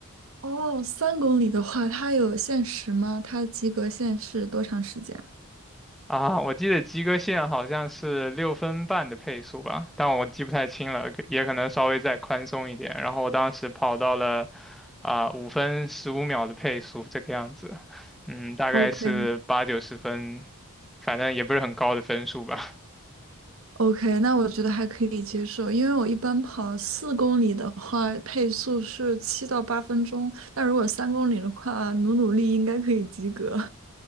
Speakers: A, on the right (about 70°); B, in the centre.
A: 哦，三公里的话，它有限时吗？它及格线是多长时间？
B: 啊，我记得及格线好像是六分半的配速吧，但我记不太清了，可也可能稍微再宽松一点。然后我当时跑到了啊五分十五秒的配速这个样子，嗯，大概是八九十分，
A: OK，
B: 反正也不是很高的分数吧。
A: OK，那我觉得还可以接受，因为我一般跑四公里的话，配速是七到八分钟，但如果三公里的话，努努力应该可以及格。